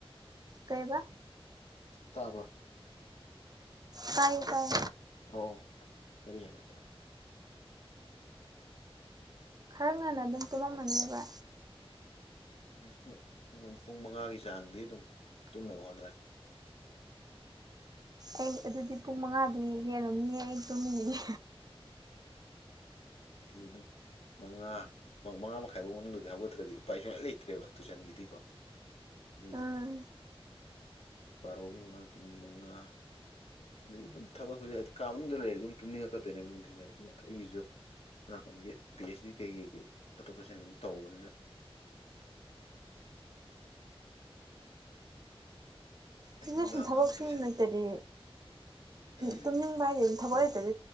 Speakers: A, on the right; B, on the left.
A: ꯀꯩꯗ
B: ꯇꯥꯕ꯭ꯔꯥ
A: ꯀꯥꯏ ꯀꯥꯏ
B: ꯑꯣ ꯀꯔꯤ ꯍꯥꯏ ꯇ
A: ꯈꯔ ꯉꯟꯅ ꯑꯗꯨꯝ ꯇꯨꯝꯂꯝꯝꯃꯅꯦꯕ
B: ꯍꯣꯏ ꯅꯣꯡꯃꯣꯏ ꯄꯨꯡ ꯃꯉꯥꯒꯤ ꯆꯥꯡꯗꯤ ꯑꯗꯨꯝ ꯇꯨꯝꯅꯕ ꯍꯣꯠꯅꯔꯦ
A: ꯑꯩ ꯑꯗꯨꯗꯤ ꯄꯨꯡ ꯃꯉꯥꯗꯤ ꯍꯦꯜꯂꯝꯅꯤ ꯑꯩ ꯇꯨꯝꯃꯤꯅꯤꯅꯤ
B: ꯌꯦꯗꯣ ꯃꯉꯥ ꯃꯉꯥ ꯃꯈꯥꯏ ꯐꯥꯎ ꯃꯅꯨꯡꯗꯗꯤ ꯍꯧꯒꯠꯇ꯭ꯔꯗꯤ ꯎꯄꯥꯏ ꯁꯨꯡꯂꯥꯏꯅ ꯂꯩꯇ꯭ꯔꯦꯕ ꯇꯨꯏꯁꯟꯒꯤꯗꯤꯀꯣ ꯑꯩꯣꯏꯒꯤ
A: ꯎꯝ
B: ꯕꯥꯔꯣꯒꯤ ꯃꯃꯥꯡ ꯇꯨꯝ ꯃꯉꯥ ꯑꯗꯒꯤ ꯑꯗꯨꯝ ꯊꯕꯛ ꯍꯧꯖꯤꯛ ꯍꯥꯏꯗꯤ ꯀꯥ ꯃꯅꯨꯡꯗ ꯂꯩꯔꯗꯤ ꯑꯗꯨꯝ ꯇꯨꯝꯅꯤꯡꯉꯛꯀꯗꯣꯏꯅꯦꯕ ꯅꯨꯡꯊꯤꯟ ꯑꯗꯨꯅ ꯑꯩꯒꯤꯁꯨ ꯅꯥꯀꯟꯒꯤ ꯄꯤ ꯑꯩꯆ ꯗꯤ ꯀꯩꯀꯩꯒꯤ ꯆꯠꯊꯣꯛ ꯆꯠꯁꯤꯟ ꯑꯗꯨꯝ ꯇꯧꯕꯅꯤꯅ
A: <inaudible>
B: ꯑꯗꯩ
A: ꯁꯤꯗ
B: ꯅꯨꯡꯗꯥꯡꯗꯁꯨ
A: ꯁꯨꯝ ꯊꯕꯛ
B: ꯑꯃꯨꯛ
A: ꯁꯨꯝ
B: ꯇꯨꯏꯁꯟ
A: ꯂꯩꯇꯗꯤ
B: ꯎꯝ
A: ꯇꯨꯝꯅꯤꯡꯕ ꯍꯥꯏꯗꯤ ꯑꯗꯨꯝ ꯊꯕꯛ
B: ꯍꯣ
A: ꯂꯩꯇꯗꯤ
B: ꯍꯣ